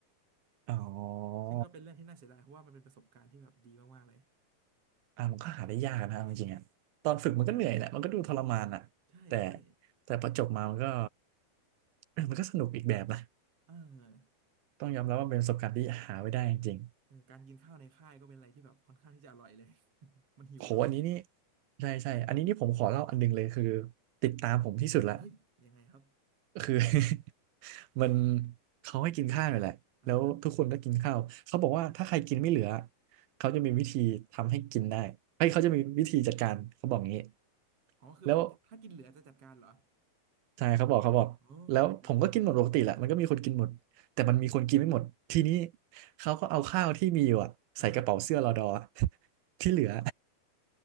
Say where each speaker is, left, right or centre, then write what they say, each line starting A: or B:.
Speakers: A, on the right (about 80°); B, on the right (about 40°).
A: อ๋อ
B: ซึ่งก็เป็นเรื่องที่น่าเสียดายเพราะว่ามันเป็นประสบการณ์ที่แบบดีมากๆเลย
A: อ่ามันก็หาได้ยากนะเอาจริงๆอ่ะตอนฝึกมันก็เหนื่อยแหละมันก็ดูทรมานอ่ะแต่
B: ใช่ใช่
A: แต่พอจบมามันก็เออมันก็สนุกอีกแบบนะ
B: เออ
A: ต้องยอมรับว่าเป็นประสบการณ์ที่หาไว้ได้จริง
B: เออเออการกินข้าวในค่ายก็เป็นอะไรที่แบบค่อนข้างที่จะอร่อยเลย <laughs>
A: ๆโหอันนี้นี่
B: มันหิวเนาะ
A: ใช่ใช่อันนี้นี่ผมขอเล่าอันหนึงเลยคือติดตามผมที่สุดละ
B: เฮ้ยยังไงครับ
A: คือ <laughs> มันเขาให้กินข้าวอยู่แหละแล้วทุกคนก็กินข้าวเขาบอกว่าถ้าใครกินไม่เหลือ
B: อ่า
A: เขาจะมีวิธีทำให้กินได้ไอ้ยเขาจะมีวิธีจัดการเขาบอกงี้
B: เฮ้ยอ๋อคือแบบถ้ากินเหลือจะจัดการเหรอ
A: แล้ว ใช่เขาบอกเขาบอกแล้วผมก็กินหมดปกติแหละมันก็มีคนกินหมดแต่มันมีคนกินไม่หมดทีนี้
B: โอ้ยังไงครับ
A: เขาก็เอาข้าวที่มีอยู่อะใส่กระเป๋าเสื้อรอดอ
B: เออ
A: <laughs> ที่เหลือ